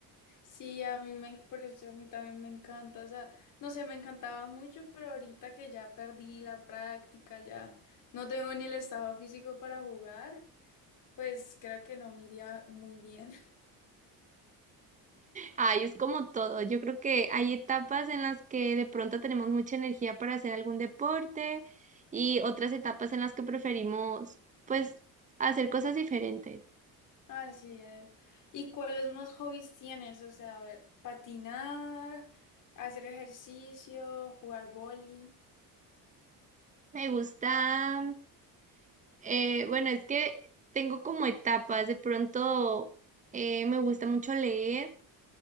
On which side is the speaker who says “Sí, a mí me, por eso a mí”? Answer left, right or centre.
Left